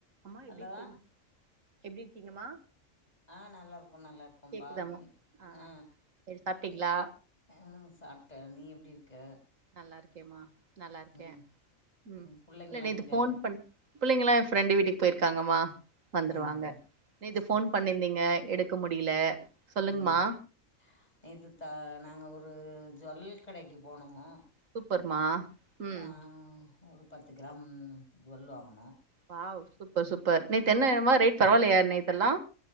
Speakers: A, on the right; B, on the left.
A: அம்மா எப்டி
B: ஹலோ
A: இருக்கீங்க எப்டி இருக்கீங்கம்மா
B: ஆ நல்லாருக்கோ நல்லாருக்கோபா
A: கேக்குதாமா
B: இ
A: ஆ
B: அ
A: சரி சாப்ட்டீங்களா
B: இ ஆ சாப்ட்டே நீ எப்டி இருக்க
A: நல்லா இருக்கேமா நல்லா இருக்கே
B: ம்
A: ம்
B: புள்ளைங்கல்லா
A: இல்ல நேத்து
B: எங்க
A: போன் பண் புள்ளைங்களா என் ப்ரெண்டு வீட்டுக்கு போயிருக்காங்கம்மா வந்துருவாங்க
B: ஆ
A: நேத்து
B: சேரி
A: ஃபோன் பண்ணிந்தீங்க
B: சேரி
A: எடுக்க முடியல சொல்லுங்மா
B: ம் நேத்து த நாங்க ஒரு ஜூவுல்ளியல் கடைக்கு போனோ வாங்
A: சூப்பர்மா ம்
B: ஆ ஒரு பத்து கிராம் ஜுவுல் வாங்குனோ
A: வாவ் சூப்பர் சூப்பர் நேத்து என்னமா ரேட் பரவால்லயா நேத்தெல்லா